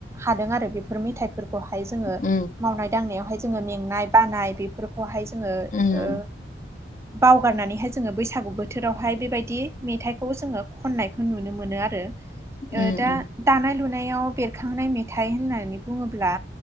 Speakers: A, on the right (about 15°); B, on the left (about 45°).
A: हादों आरो बेफोर मेथाइफोरखौहाय जोङो
B: उम
A: मावनाय दांनायावहाय जोङो मेंनाय बानाय बेफोरखौहाय जोङो
B: उम
A: ओ बावगारनानैहाय जोङो बैसागु बोथोरावहाय बेबायदि मेथाइखौ जोङो खननायखौ नुनो मोनो आरो।
B: उम
A: ओ दा
B: उम
A: दानाय लुनायाव बेरखांनाय मेथाइ होननानै बुङोब्ला